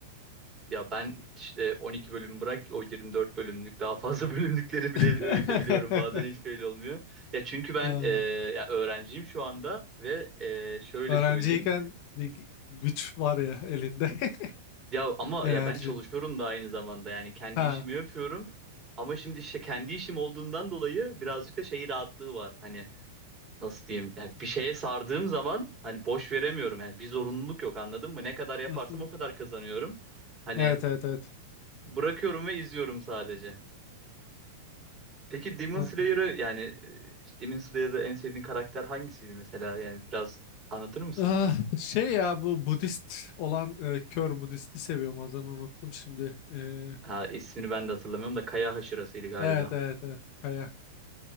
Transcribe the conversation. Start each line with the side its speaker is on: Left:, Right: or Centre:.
Right: Ya ben işte 12 bölüm bırak o 24 bölümlük daha fazla <laughs> bölümlükleri bile
Left: <laughs>
Right: öğütebiliyorum bazen hiç belli olmuyor. Ya çünkü ben
Left: Ha,
Right: e, ya öğrenciyim şu anda ve e, şöyle
Left: Öğrenciyken
Right: söyleyeyim.
Left: bir gü- güç var ya elinde <laughs>
Right: Ya ama
Left: enerji.
Right: ya ben çalışıyorum da aynı zamanda yani kendi
Left: Ha.
Right: işimi yapıyorum. Ama şimdi işte kendi işim olduğundan dolayı birazcık da şey rahatlığı var. Hani nasıl diyeyim? Yani bir şeye sardığım zaman hani boş veremiyorum. Yani bir zorunluluk yok anladın mı? Ne kadar yaparsam
Left: <laughs>
Right: o kadar kazanıyorum. Hani
Left: Evet evet evet.
Right: bırakıyorum ve izliyorum sadece. Peki Demon
Left: <laughs>
Right: Slayer'ı yani e, işte Demon Slayer'da en sevdiğin karakter hangisiydi mesela? Yani biraz anlatır mısın?
Left: Ah, şey ya bu Budist olan e, kör Budist'i seviyorum adını unuttum şimdi. E,
Right: Ha ismini ben de hatırlamıyorum da Kaya Haşırası'ydı galiba.
Left: evet evet evet Kaya.